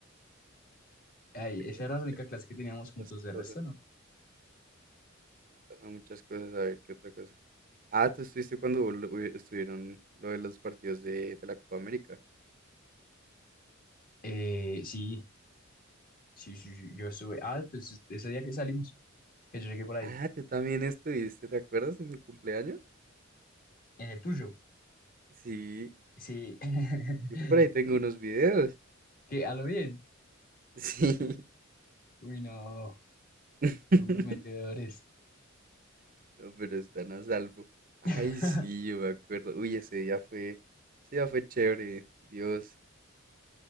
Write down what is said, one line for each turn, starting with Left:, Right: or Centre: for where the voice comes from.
Left: Ay,
Right: ¿Qué otra
Left: esa era
Right: cosa?
Left: la única clase que teníamos juntos,
Right: Muchas
Left: de
Right: cosas.
Left: resto no.
Right: Pasaban muchas cosas. A ver, ¿qué otra cosa? Ah, tú estuviste cuando hubo- hubo- estuvieron lo de los partidos de, de la Copa América.
Left: Eh, sí. Sí, sí, sí, yo estuve. Ah, pues es- ese día que salimos, que yo llegué por ahí,
Right: Ah, tú también estuviste, ¿te acuerdas? En mi cumpleaños.
Left: en el tuyo.
Right: Sí,
Left: Sí, <laughs>
Right: yo por ahí tengo
Left: sí.
Right: unos videos.
Left: Que a lo bien.
Right: <laughs> Sí.
Left: Uy, no,
Right: <laughs>
Left: comprometedores.
Right: No, pero están a salvo. Ay,
Left: <laughs>
Right: sí, yo me acuerdo. Uy, ese día fue, ese día fue chévere. Dios,